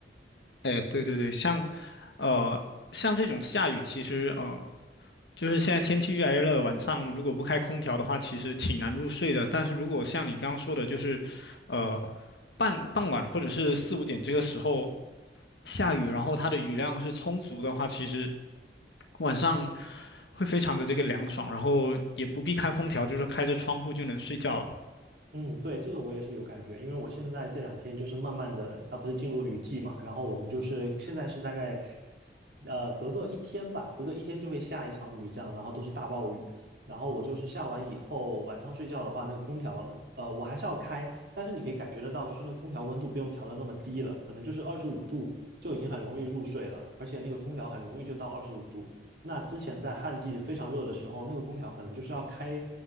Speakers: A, on the left; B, on the right.
A: 哎，对对对，像，呃，像这种下雨，其实呃，就是现在天气越来越热，晚上如果不开空调的话，其实挺难入睡的。但是如果像你刚刚说的，就是，呃，傍傍晚或者是四五点这个时候下雨，然后它的雨量是充足的话，其实晚上会非常的这个凉爽，然后也不必开空调，就是开着窗户就能睡觉了。
B: 嗯，对，这个我也是有感觉，因为我现在这两天就是慢慢的，它不是进入雨季嘛，然后我们就是现在是大概，呃，隔个一天吧，隔个一天就会下一场雨，这样，然后都是大暴雨，然后我就是下完以后，晚上睡觉的话，那个空调，呃，我还是要开，但是你可以感觉得到，就是那空调温度不用调的那么低了，可能就是二十五度就已经很容易入睡了，而且那个空调很容易就到二十五度，那之前在旱季非常热的时候，那个空调可能就是要开，